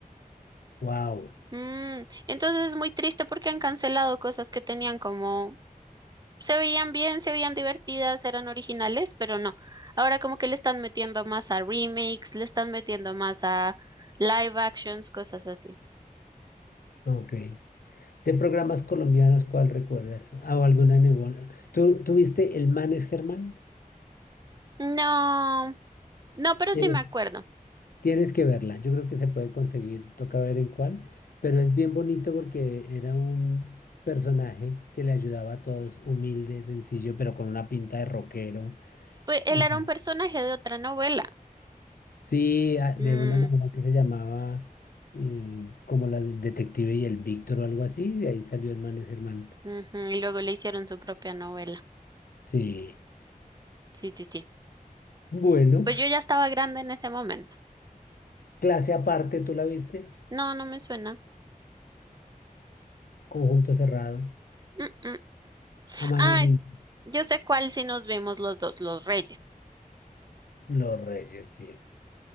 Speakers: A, on the left; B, on the right.
A: Wow.
B: Mm, entonces es muy triste porque han cancelado cosas que tenían como, se veían bien, se veían divertidas, eran originales, pero no. Ahora como que le están metiendo más a remakes, le están metiendo más a live actions, cosas así.
A: Ok. ¿De programas colombianos cuál recuerdas? ¿O alguna nebola? ¿Tú, tú viste El Manes Germán?
B: No, no, pero
A: Tienes,
B: sí me acuerdo.
A: tienes que verla. Yo creo que se puede conseguir. Toca ver en cuál. Pero es bien bonito porque era un personaje que le ayudaba a todos, humilde, sencillo, pero con una pinta de rockero.
B: Pues él
A: O
B: era
A: sea,
B: un personaje de otra novela.
A: sí, a- de
B: Mm.
A: una novela que se llamaba eh, como la del detective y el Víctor o algo así. De ahí salió El Manes Germán.
B: Ujú, Y luego le hicieron su propia novela.
A: Sí.
B: Sí, sí, sí.
A: Bueno,
B: Pues yo ya estaba grande en ese momento.
A: clase aparte, ¿tú la viste?
B: No, no me suena.
A: conjunto cerrado,
B: Mm, mm.
A: a mano
B: Ah,
A: limpia.
B: yo sé cuál si nos vimos los dos, los Reyes.
A: Los Reyes, sí.